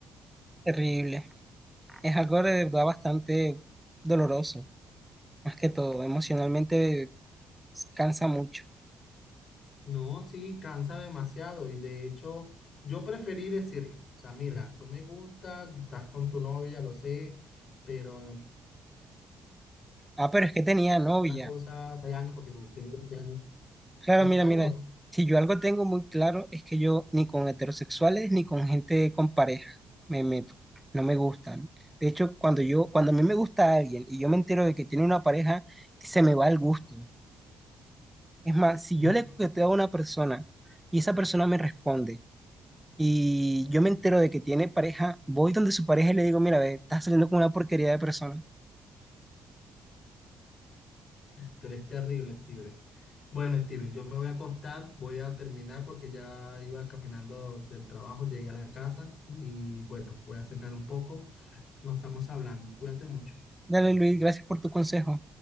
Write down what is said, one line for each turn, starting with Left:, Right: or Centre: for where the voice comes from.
Centre: Terrible. Es algo de verdad bastante doloroso, más que todo, emocionalmente cansa mucho.
Left: No, sí, cansa demasiado y de hecho yo preferí decirle, o sea, mira, tú me gustas, estás con tu novia, lo sé pero en
Centre: Ah, pero es que tenía novia.
Left: las cosas de años porque tú tengo 20 años.
Centre: Claro,
Left: Sí,
Centre: mira,
Left: claro.
Centre: mira, si yo algo tengo muy claro es que yo ni con heterosexuales ni con gente con pareja me meto, no me gustan. De hecho, cuando yo, cuando a mí me gusta alguien y yo me entero de que tiene una pareja, se me va el gusto. Es más, si
Left: <laughs>
Centre: yo le coqueteo a una persona y esa persona me responde, y yo me entero de que tiene pareja, voy donde su pareja y le digo, mira, ve, estás saliendo con una porquería de persona.
Left: Tú eres terrible, Steven. Bueno, Steven, yo me voy a acostar, voy a terminar porque ya iba caminando del trabajo, llegué a la casa y bueno, voy a cenar un poco. Nos estamos hablando. Cuídate mucho.
Centre: Dale, Luis, gracias por tu consejo.